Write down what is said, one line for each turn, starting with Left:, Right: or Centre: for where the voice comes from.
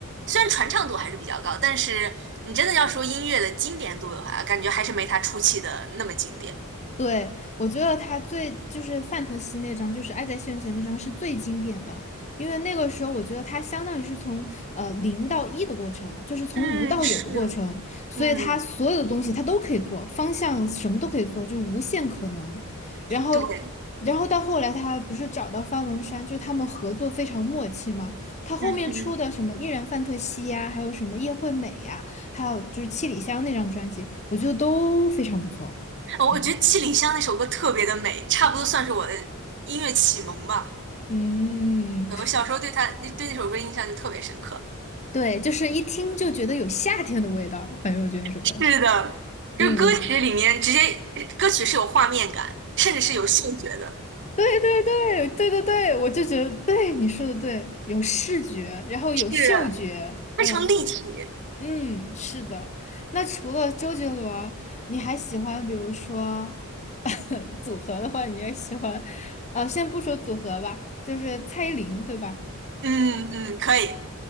Right: 虽然传唱度还是比较高，但是你真的要说音乐的经典度的话，感觉还是没他初期的那么经典。
Left: 对，我觉得他最就是范特西那张，就是《爱在西元前》那张是最经典的，因为那个时候我觉得他相当于是从呃零到一的过程，就是从无到有的过程，
Right: 嗯，是。
Left: 所以他所有的东西他都可以做，
Right: 嗯，
Left: 方向什么都可以做，就是无限可能。然后，
Right: 对，
Left: 然后到后来他不是找到方文山，就是他们合作非常默契嘛。他后面出的什么《依然范特西》呀，
Right: 嗯哼，
Left: 还有什么《叶惠美》呀，还有就是《七里香》那张专辑，我觉得都非常不错。
Right: 呃我觉得《七里香》那首歌特别的美，
Left: 嗯。
Right: 差不多算是我的音乐启蒙吧。
Left: 嗯，
Right: 我小时候对他那对那首歌印象就特别深刻。
Left: 对，就是一听就觉得有夏天的味道，反正我觉得那首歌，
Right: 是的，就歌曲里面直接歌曲是有画面感，
Left: 嗯，
Right: 甚至是有嗅觉的，
Left: 对对对对对对，我就觉得对你说的对，有视觉，然后有嗅觉，
Right: 是非常立体。
Left: 嗯嗯，是的。那除了周杰伦，你还喜欢比如说 <laughs> 组合的话，你也喜欢，呃，先不说组合吧，就是蔡依林，对吧？
Right: 嗯嗯，可以。